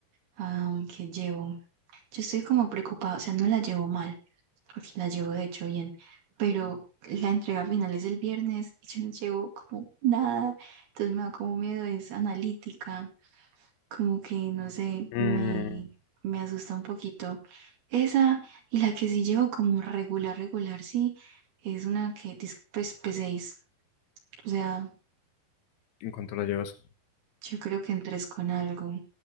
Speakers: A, on the right; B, on the left.
A: am, que llevo yo estoy como preocupada, o sea, no la llevo mal, porque la llevo de hecho bien, pero la entrega final es el viernes y yo no llevo como nada, entonces me da como miedo, es analítica, como que no sé,
B: Mm,
A: me, me asusta un poquito. Esa y la que sí llevo como regular, regular, sí, es una que dice pues p seis o sea,
B: ¿en cuanto la llevas?
A: yo creo que en tres con algo.